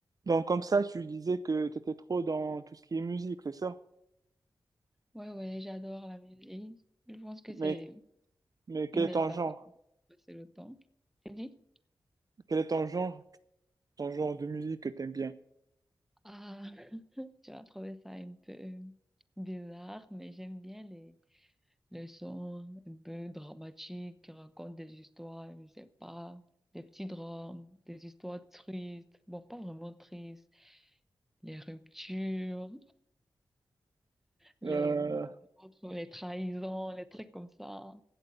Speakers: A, on the right; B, in the centre.
A: Donc, comme ça, tu disais que tu étais trop dans tout ce qui est musique, c'est ça?
B: Ouais, ouais, j'adore la musique. Je pense que c'est
A: Mais, mais quel
B: une
A: est
B: belle
A: ton
B: façon
A: genre?
B: de passer le temps. Tu dis?
A: Quel est ton genre, ton genre de musique que tu aimes bien?
B: Ah, <laughs> tu vas trouver ça un peu bizarre, mais j'aime bien les, les sons un peu dramatiques qui racontent des histoires, je sais pas, des petits drames, des histoires tristes, bon, pas vraiment tristes, les ruptures, les,
A: Euh,
B: les trahisons, les trucs comme ça.